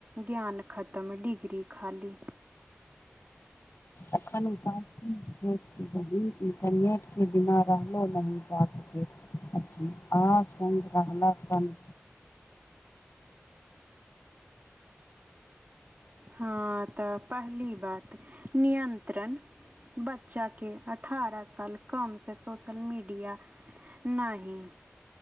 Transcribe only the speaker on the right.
ज्ञान खत्म डिग्री खाली।
हां तऽ पहली बात नियन्त्रण बच्चा के अठारह साल कम से सोशल मीडिया नहि